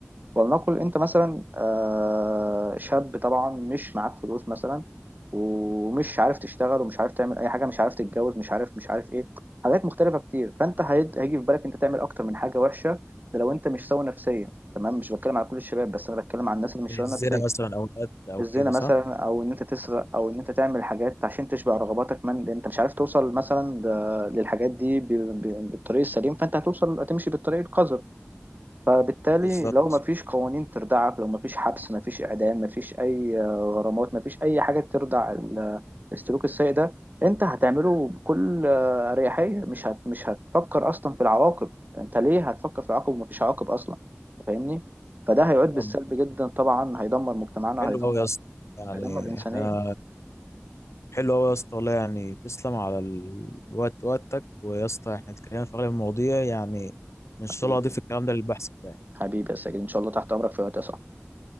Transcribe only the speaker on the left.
الزنا
مثلا او القتل او
كده
صح
بالظبط
طب
حلو
قوي يا اسطى يعني
احنا حلو قوي يا اسطى والله يعني تسلم على الوقت وقتك ويا اسطى احنا اتكلمنا في اغلب المواضيع يعني ان شاء
الله اضيف الكلام ده للبحث بتاعي